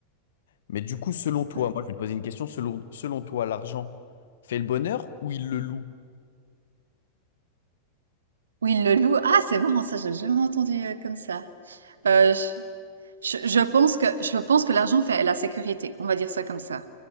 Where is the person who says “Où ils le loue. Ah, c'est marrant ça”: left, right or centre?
Right